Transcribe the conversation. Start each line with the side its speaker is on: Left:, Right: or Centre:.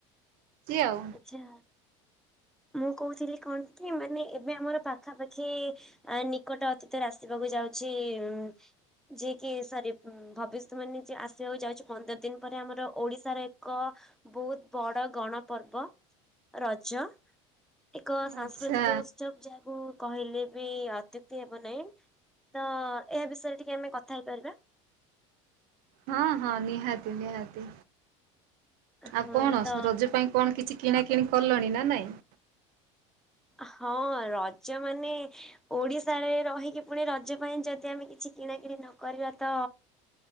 Right: ଆଉ
Centre: ଆଛା ମୁଁ କହୁଥିଲି କଣ କି? ମାନେ ଏବେ ଆମର ପାଖାପାଖି ନିକଟ ଅତୀତରେ ଆସିବାକୁ ଯାଉଛି। ଉ ଯିଏ କି ସରି ଭବିଷ୍ୟତ ମାନେ ଆସିବାକୁ ଯାଉଛି। ପନ୍ଦର ଦିନ ପରେ ଆମର ଓଡିଶାର ଏକ ବହୁତ ବଡ ଗଣ ପର୍ବ ରଜ ଏକ ସାଂସ୍କୃତିକ
Right: ଆଚ୍ଛା
Centre: ଉତ୍ସବ ଯାହାକୁ। କହିଲେ ବି ଅତ୍ୟୁକ୍ତି ହେବ ନାହିଁ। ତ ଏହା ବିଷୟରେ ଟିକେ ଆମେ କଥା ହେଇପାରିବା।
Right: ହଁ ହଁ ନିହାତି ନିହାତି। ଆଉ
Centre: ହଁ
Right: କଣ
Centre: ତ
Right: ରଜ ପାଇଁ କଣ କିଛି କିଣା କିିଣି କଲଣି ନା ନାଇଁ
Centre: ହଁ ରଜ ମାନେ ଓଡିଶାରେ ରହିକି ପୁଣି ରଜ ପାଇଁ ଯଦି ଆମେ କିଛି କିଣାକିଣି ନକରିବା ତ